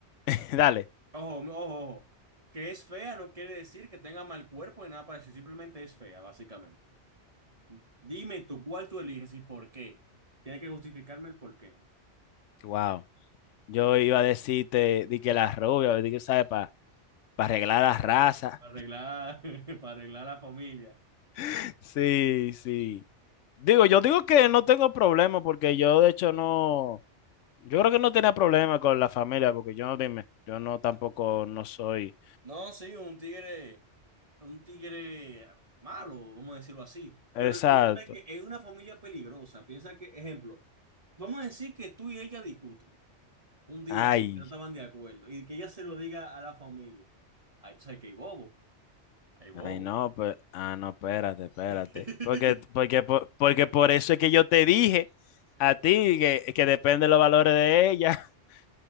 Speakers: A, on the left (about 85°); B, on the right (about 30°).
A: <laughs> dale.
B: ojo, mi- ojo, ojo, que es fea no quiere decir que tenga mal cuerpo y nada parecido, simplemente es fea, básicamente. Dime tú cuál tú eliges y por qué. Tienes que justificarme el por qué.
A: wow. Yo iba a decirte di que las rubias di que sabe para arreglar las razas.
B: Para arreglar, <laughs> para arreglar la familia.
A: <laughs> Sí, sí. Digo,
B: Vale.
A: yo digo que no tengo problema porque yo de hecho no, yo creo que no tenía problema con la familia porque yo no dime, yo no tampoco no soy
B: No, sí, un tigre. un tigre malo, vamos a decirlo así.
A: Exacto.
B: Pero el punto es que es una familia peligrosa. Piensa que, ejemplo, vamos a decir que tú y ella discuten un día
A: Ay,
B: así, que no estaban de acuerdo, y que ella se lo diga a la familia. Ahí sabes que hay bobo, hay bobo.
A: ay, no, pues, ah, no, espérate, espérate.
B: <laughs>
A: Porque, porque, por- porque por eso es que yo te dije a ti que, que depende de los valores de ella. <laughs>